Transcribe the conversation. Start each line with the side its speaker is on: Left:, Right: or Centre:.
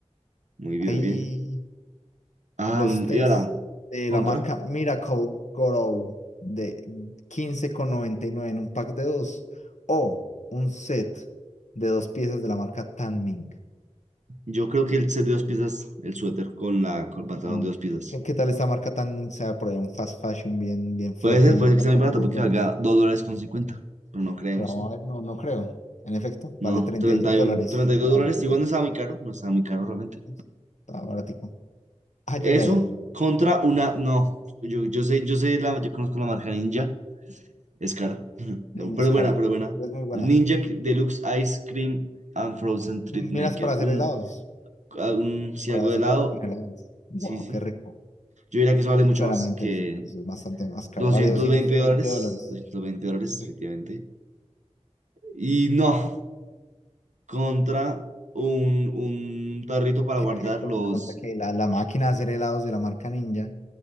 Right: Muy bien,
Left: Ahí
Right: muy bien. Ah,
Left: los test
Right: y ahora,
Left: de
Right: contra.
Left: la marca Miracle Grow de quince con noventa y nueve en un pack de dos o un set de dos piezas de la marca Tanming.
Right: Yo creo que el set de dos piezas, el suéter con la con el pantalón
Left: tan-
Right: de dos piezas.
Left: ¿Qué, qué tal esta marca tan, o sea, por ahí un fast fashion bien, bien fuerte
Right: Puede ser,
Left: y
Right: puede
Left: valga
Right: ser que sea muy barato
Left: dos
Right: porque
Left: dólares?
Right: valga dos dólares con cincuenta, Pero no creemos,
Left: Pero vamos
Right: ¿no?
Left: a ver, no, no creo. En efecto,
Right: No,
Left: vale treinta
Right: treinta
Left: y dos dólares
Right: y uno, treinta y
Left: la
Right: dos dólares.
Left: ropita.
Right: Igual no estaba muy caro, no estaba muy caro realmente.
Left: Entonces, Está baratico. Ay,
Right: Eso
Left: ay, ay.
Right: contra una, no. Yo, yo sé, yo sé, la, yo conozco la marca Ninja. Es cara, <laughs>
Left: Ninja
Right: pero
Left: es
Right: es
Left: caro.
Right: buena, pero es buena.
Left: Es muy buena.
Right: Ninja Cre- Deluxe Ice Cream and Frozen Treat
Left: Miras
Right: Maker.
Left: para hacer
Right: Un,
Left: helados,
Right: a- un si
Left: para
Right: algo
Left: hacer
Right: de helado,
Left: cosas con helados. Wow,
Right: sí, sí.
Left: qué rico.
Right: Yo diría que eso vale
Left: Y
Right: mucho
Left: claramente
Right: más que
Left: eso, eso es bastante más caro.
Right: doscientos
Left: Vale doscientos
Right: veinte
Left: veinte
Right: dólares.
Left: dólares.
Right: doscientos veinte dólares,
Left: Perfecto.
Right: efectivamente. Y no,
Left: ¿Qué?
Right: contra un, un tarrito para
Left: ¿Qué,
Right: guardar
Left: qué contra,
Right: los.
Left: contra qué? La, la máquina de hacer helados de la marca Ninja